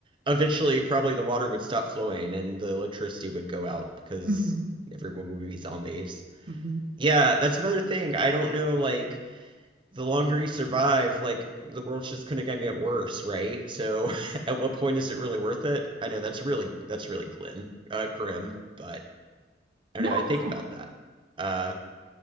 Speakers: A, on the right; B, on the right.
A: eventually probably the water would stop flowing and the electricity would go out because
B: mhm,
A: everyone would be zombies.
B: mhm.
A: Yeah, that's another thing. I don't know, like the longer you survive, like the world's just gonna gonna get worse, right? So <laughs> at what point is it really worth it? I know that's really that's really glim, uh, grim, but I
B: no,
A: don't know. I think
B: no.
A: about that. Uh,